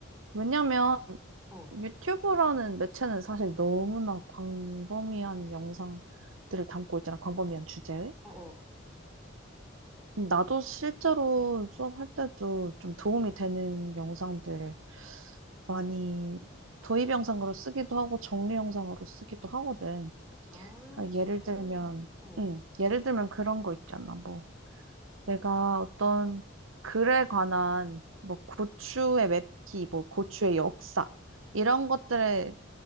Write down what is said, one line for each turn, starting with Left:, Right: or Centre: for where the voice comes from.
Right: 왜냐면
Centre: 어,
Right: 유튜브라는 매체는 사실 너무나 광범위한 영상들을 담고 있잖아. 광범위한 주제의.
Centre: 어, 어.
Right: 나도 실제로 수업할 때도 좀 도움이 되는 영상들 많이 도입 영상으로 쓰기도 하고 정리 영상으로 쓰기도 하거든.
Centre: 아,
Right: 그러니까
Centre: 진짜?
Right: 예를 들면,
Centre: 어.
Right: 응, 예를 들면 그런 거 있잖아. 뭐. 내가 어떤 글에 관한 뭐 고추의 맵기, 뭐 고추의 역사 이런 것들에